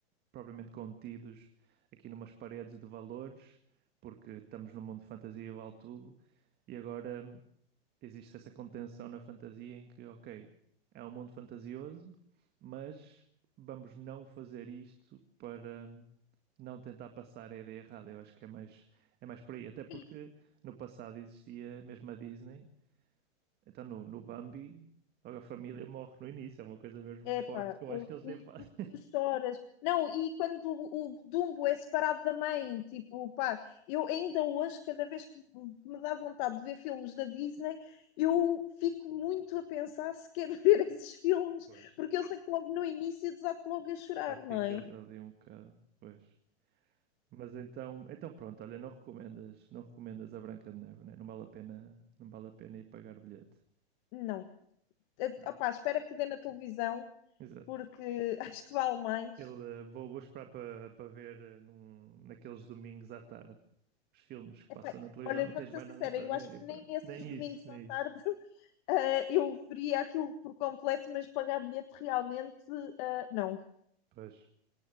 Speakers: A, on the right; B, on the left.
A: propriamente contidos aqui numas paredes de valores, porque estamos num mundo de fantasia e vale tudo, e agora hum, existe essa contenção na fantasia em que, ok, é um mundo fantasioso, mas vamos não fazer isto para hum, não tentar passar a ideia errada. Eu acho que é mais, é mais por aí, até porque
B: é isso.
A: no passado existia mesmo a Disney, então no, no Bambi. Logo a família morre no início, é uma coisa mesmo
B: epá,
A: forte que eu
B: o,
A: acho que eles
B: o,
A: nem fazem.
B: o que tu choras. Não, e quando o, o Dumbo é separado da mãe, tipo, pá, eu ainda hoje, cada vez que que me dá vontade de ver filmes da Disney, eu fico muito a pensar se quero <laughs> ver esses filmes,
A: Pois.
B: porque eu sei que logo no início desato logo a chorar,
A: Já ficas
B: não é?
A: ali um bocado, pois. Mas então, então pronto, olha, não recomendas, não recomendas a Branca de Neve, né? Não vale a pena, não vale a pena ir pagar o bilhete.
B: Não. Eh,
A: Pronto.
B: Opá, espera que dê na televisão
A: Exato.
B: porque <laughs> acho que vale mais.
A: Ele, eh, vou, vou esperar para para ver eh, num, naqueles domingos à tarde os filmes que passam
B: Epá,
A: na televisão,
B: olha,
A: não tens
B: vou-te ser
A: mais
B: sincera,
A: nada para
B: eu
A: ver
B: acho
A: e
B: que
A: pronto.
B: nem nesses
A: Nem
B: domingos
A: isso, nem
B: à tarde
A: isso.
B: <laughs> eh, eu veria aquilo por completo, mas pagar bilhete realmente, eh, não.
A: Pois,